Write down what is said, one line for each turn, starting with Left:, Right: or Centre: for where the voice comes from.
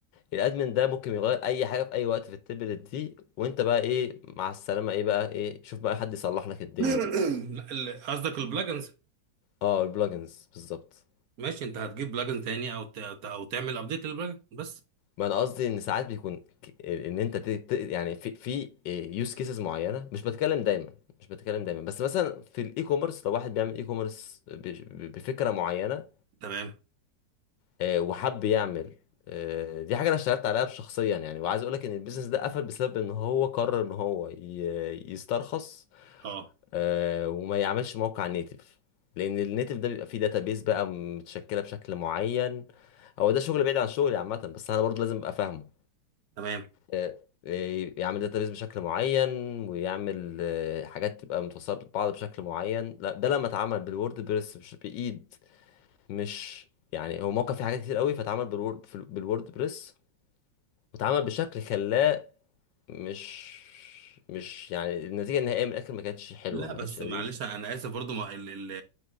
Left: الادمن ده ممكن يغير اي حاجه في اي وقت في التمبلت دي وانت بقى ايه مع السلامه ايه بقى ايه شوف بقى حد يصلح لك الدنيا
Right: <clears throat> لا،
Left: دي
Right: <coughs> ال- قصدك البلاجنز
Left: اه البلجنز بالظبط
Right: ماشي انت هتجيب بلاجن تاني او ت- او تعمل ابديت للبلاجن بس
Left: ما انا قصدي ان ساعات بيكون ك- ان انت ت- ت- يعني في في يوز كيسز معينه مش بتكلم دايما مش بتكلم دايما بس مثلا في الاي كوميرس لو واحد بيعمل اي كوميرس بفكره معينه
Right: تمام
Left: آه، وحب يعمل آه، دي حاجه انا اشتغلت عليها شخصيا يعني وعايز اقول لك ان البيزنس ده قفل بسبب ان هو قرر ان هو ي- يسترخص
Right: اه
Left: آه، وما يعملش موقع نيتف لان النيتف ده بيبقى فيه داتابيز بقى متشكله بشكل معين هو ده شغل بعيد عن شغلي عامه بس انا برضه لازم ابقى فاهمه
Right: تمام
Left: آه، آه، يعمل داتابيز بشكل معين ويعمل آه، حاجات تبقى متوصله ببعض بشكل معين لا ده لما اتعمل بالوورد بريس مش بايد مش يعني هو موقع فيه حاجات كتير قوي فاتعمل بالوورد في- بالوورد بريس واتعمل بشكل خلاه مش مش يعني النتيجه النهائيه من الاخر ما كانتش حلوه
Right: لا
Left: ما
Right: بس
Left: كانتش لذيذه
Right: معلش انا اسف برضو ما ال- ال-